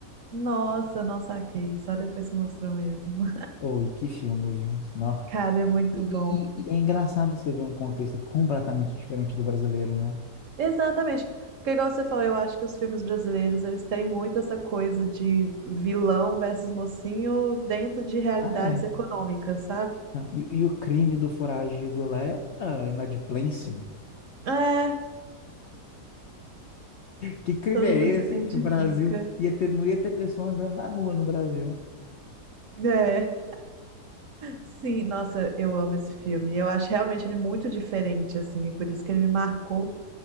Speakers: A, on the right; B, on the left.
A: Nossa, não saquei. Só depois que mostrou mesmo.
B: Oh, e que filme, viu?
A: <laughs>
B: Nó.
A: Cara, é muito
B: E,
A: bom.
B: e- e- e é engraçado você ver um contexto completamente diferente do brasileiro, né?
A: Exatamente. Porque, igual você falou, eu acho que os filmes brasileiros, eles têm muito essa coisa de vilão versus mocinho dentro de realidades
B: Ah, é.
A: econômicas, sabe?
B: Não, e, e o crime do foragido lá é ah, inadimplência.
A: É,
B: Que crime
A: todo
B: é
A: mundo se
B: esse
A: identifica.
B: que o Brasil ia ter, não ia ter pessoa andando na rua no Brasil?
A: É, sim, nossa, eu amo esse filme. Eu acho realmente ele muito diferente, assim, e por isso que ele me marcou